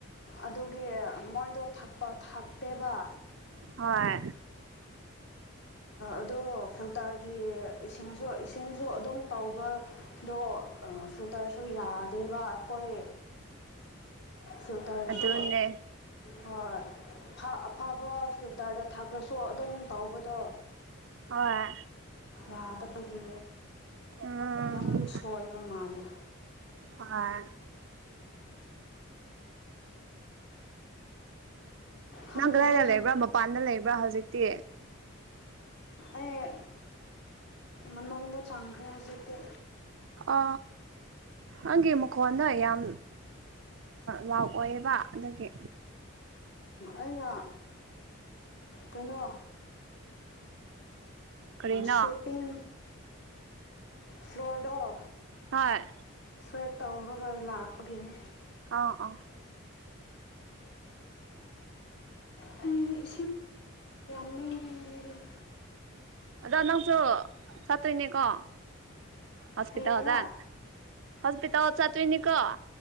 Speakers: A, on the left; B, on the right.
A: ꯑꯗꯨꯒꯤ ꯃꯣꯏꯗꯣ ꯊꯛꯄ ꯊꯛꯇꯦꯕ
B: ꯍꯣꯏ
A: ꯑꯗꯣ ꯐꯤꯜꯇꯔꯒꯤ ꯏꯁꯤꯡꯁꯨ ꯏꯁꯤꯡꯁꯨ ꯑꯗꯨꯝ ꯇꯕꯗꯣ ꯐꯤꯜꯇꯔꯁꯨ ꯌꯥꯗꯦꯕ ꯑꯩꯈꯣꯏ
B: <inaudible>
A: ꯐꯤꯜꯇꯔꯁꯨ
B: ꯑꯗꯨꯅꯦ
A: ꯍꯣꯏ ꯑꯐꯕ ꯐꯤꯜꯇꯔꯗ ꯊꯥꯛꯇ꯭ꯔꯁꯨ ꯁꯣ ꯑꯗꯨꯝ ꯇꯧꯕꯗꯣ
B: ꯍꯣꯏ
A: ꯌꯥꯗꯕ ꯑꯩꯈꯣꯏꯒꯤ
B: ꯎꯝ
A: ꯌꯥꯝ ꯁꯣꯏꯕ ꯃꯥꯜꯜꯂꯤ
B: ꯍꯣꯏ
A: ꯈꯪꯗꯦꯗ
B: ꯅꯪ ꯀꯗꯥꯏꯗ ꯂꯩꯕ꯭ꯔꯥ ꯃꯄꯥꯟꯗ ꯂꯩꯕ꯭ꯔꯥ ꯍꯧꯖꯤꯛꯇꯤ
A: ꯑꯩ ꯃꯅꯨꯡꯗ ꯆꯥꯡꯈ꯭ꯔꯦ ꯍꯧꯖꯤꯛꯇꯤ
B: ꯑ ꯑꯩꯪꯒꯤ ꯃꯈꯣꯟꯗꯣ ꯌꯥꯝ ꯂꯥꯎ ꯑꯣꯏꯌꯦꯕ ꯑꯗꯒꯤ
A: ꯑꯩꯅ ꯀꯩꯅꯣ
B: ꯀꯔꯤꯅꯣ
A: ꯁ꯭ꯋꯦꯄꯤꯡ ꯐ꯭ꯂꯣꯔꯗꯥꯣ
B: ꯍꯣꯏ
A: ꯁ꯭ꯋꯦꯞ ꯇꯧꯔꯒ ꯂꯥꯛꯄꯒꯤꯅꯦ
B: ꯑꯥ ꯑꯥ
A: ꯑ ꯑ
B: ꯑꯗꯣ ꯅꯪꯁꯨ ꯆꯠꯇꯣꯏꯅꯦꯀꯣ ꯍꯣꯁꯄꯤꯇꯥꯜ
A: ꯍꯌꯦꯡꯔꯥ
B: ꯍꯗ ꯍꯣꯁꯄꯤꯇꯥꯜ ꯍ ꯆꯠꯋꯅꯤꯀꯣ